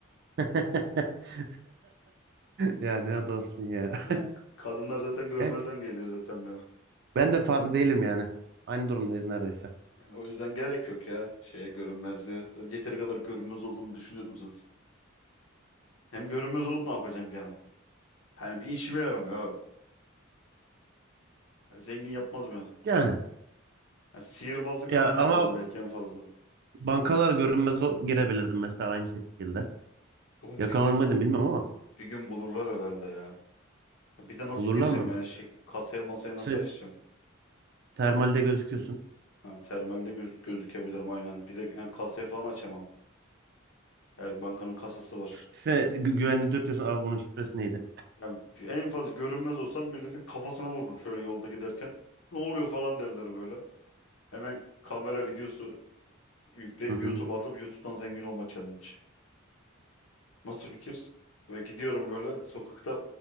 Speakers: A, on the right; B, on the left.
A: <laughs> Ya ne adamsın ya.
B: Yani k- kadınlar zaten görmezden
A: Evet,
B: geliyor zaten beni.
A: ben de farklı değilim yani. Aynı durumdayız neredeyse.
B: Yani o yüzden gerek yok ya şeye görünmezliğe. Zaten Yeteri kadar görünmez olduğumu düşünüyorum zaten. Hem görünmez olup ne yapacağım gene? Hani bir işime yaramıyor abi. Ya zengin yapmaz beni.
A: Yani
B: Ya sihirbazlık
A: ya
B: falan yaparım
A: ama
B: belki en fazla.
A: bankalar görünmez o girebilirdim mesela aynı şekilde.
B: Oğlum
A: Yakalanır
B: bir gün
A: mıydın bilmem ama
B: bir gün bulurlar herhalde ya. Ya bir de nasıl
A: bulurlar
B: gireceğim
A: mı?
B: yani şey kasaya masaya nasıl
A: Sen
B: açacağım?
A: termalde gözüküyorsun.
B: Ha, termalde göz, gözükebilirim aynen. Bir de yani kasaya falan açamam. Her bankanın kasası var.
A: Sen gü- güvenli dürtüyorsun. Abi bunun şifresi neydi?
B: Yani en fazla görünmez olsam milletin kafasına vururum şöyle yolda giderken. Ne oluyor falan derler böyle. Hemen kamera videosu yükleyip
A: Hı
B: YouTube'a
A: hı.
B: atıp YouTube'dan zengin olma challenge. Nasıl fikir? Ve gidiyorum böyle sokakta